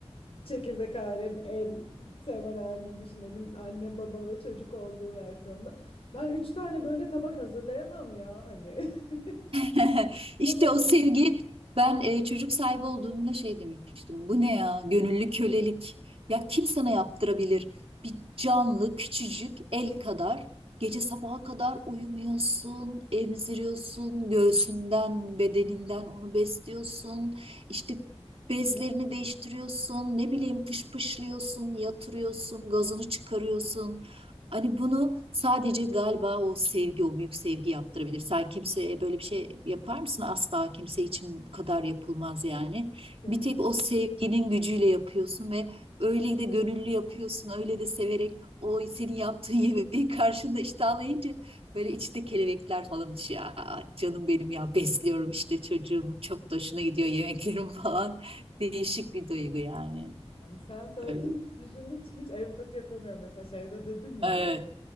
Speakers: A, on the left; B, on the right.
A: çekirdek ailenin en temel halini düşünelim. Anne, baba ve çocuk olduğu versiyonda. Ben üç tane böyle tabak hazırlayamam ya hani. <laughs>
B: <laughs>
A: Bir
B: İşte
A: de böyle-
B: o sevgi ben e, çocuk sahibi olduğumda şey demiştim. Bu ne ya? Gönüllü kölelik. Ya kim sana yaptırabilir? Bir canlı küçücük el kadar gece sabaha kadar uyumuyorsun, emziriyorsun, göğsünden, bedeninden onu besliyorsun. İşte bezlerini değiştiriyorsun, ne bileyim pış pışlıyorsun, yatırıyorsun, gazını çıkarıyorsun. Hani bunu sadece galiba o sevgi, o büyük sevgi yaptırabilir. Sen kimseye böyle bir şey yapar mısın? Asla kimse için bu kadar yapılmaz yani.
A: Yani,
B: Bir tek o sevginin gücüyle yapıyorsun ve öyle de gönüllü yapıyorsun, öyle de severek o senin yaptığın <laughs> yemeği karşında iştahlayınca böyle içinde kelebekler falan uçuyor. "Aa, canım benim ya besliyorum işte çocuğumu çok da hoşuna gidiyor yemeklerim <laughs> falan. Değişik bir duygu yani.
A: yani sen söyleyince
B: Öyle.
A: düşündükçe hiç empati yapamıyorum. Mesela şeyde dedin ya
B: Evet.